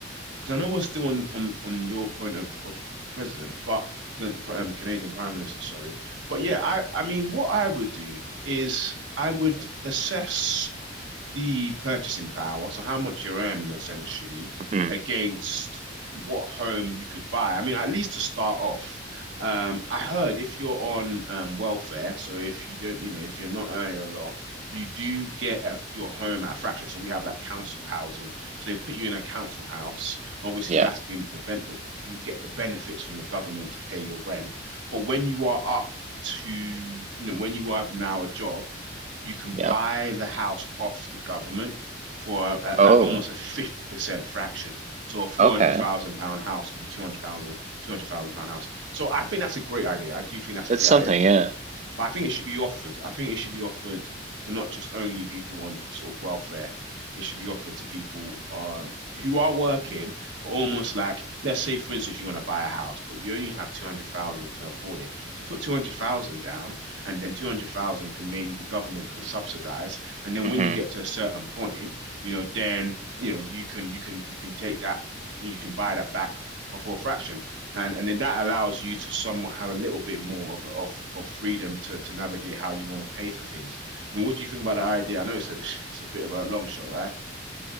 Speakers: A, on the right (about 80°); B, on the right (about 35°).
A: because I know we're still on on on your point of of president, but the, the um, Canadian Prime Minister, sorry. But yeah, I I mean, what I would do is I would assess the purchasing power, so how much you're earning essentially,
B: hmm
A: against what home you could buy. I mean, at least to start off, um, I heard if you're on um, welfare, so if you don't, you know, if you're not earning a lot, you do get a, your home at a fraction. So we have like council housing, so they'll put you in a council house. Obviously,
B: Yeah,
A: that's been the bent that you get the benefits from the government to pay your rent. But when you are up to, you know, when you have now a job you can
B: yeah.
A: buy the house off the government for uh,
B: Oh,
A: like almost a 50% fraction. So a 400,000
B: okay.
A: pound house would be two hundred thousand, two hundred thousand pound house. So I think that's a great idea. I do think that's
B: That's
A: a great
B: something,
A: idea.
B: yeah.
A: But I think it should be offered. I think it should be offered to not just only people on sort of welfare. It should be offered to people um, who are working, but almost like, let's say, for instance, you want to buy a house, but you only have 200,000 to afford it. So put 200,000 down, and then 200,000 can maybe the government can subsidize. And then
B: hmm
A: when you get to a certain point, you know, then, you know, you can, you can, you can take that, you can buy that back for a fraction. And and then that allows you to somewhat have a little bit more of of of freedom to to navigate how you want to pay for things. I mean, what do you think about the idea? I know it's a <laughs> it's a bit of a long shot, right?